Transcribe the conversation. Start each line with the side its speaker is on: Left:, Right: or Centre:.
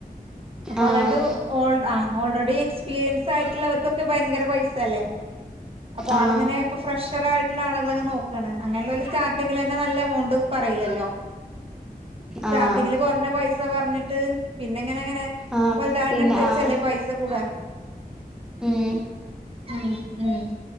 Right: അപ്പൊ
Centre: ആഹ്
Right: അതായത് ഓൾ ആ ഓൾറെഡി എക്സ്പീരിയൻസായിട്ടുള്ളവർക്കൊക്കെ ഭയങ്കര പൈസല്ലേ അപ്പോ
Centre: ആഹ്
Right: ആളിങ്ങനെ ഇപ്പോ ഫ്രഷറായിട്ട് ള്ള ആള്കളെ ങ്ങനെ നോക്കാണ് അങ്ങനെയുള്ളോര് സ്റ്റാർട്ടിങ്ങിലെന്നെ നല്ല എമൗണ്ട് പറീല്ലല്ലോ. സ്റ്റാർട്ടിങ്ങില്
Centre: ആഹ്
Right: കൊർഞ്ഞ പൈസ പറഞ്ഞിട്ട് പിന്നെ ങ്ങനെങ്ങനെ
Centre: ആഹ്
Right: വൽതാവുന്നൻസര്ച്ചല്ലേ
Centre: പിന്നെ ആഹ്
Right: പൈസ കൂടാ
Centre: ഉം
Right: ഉം ഉം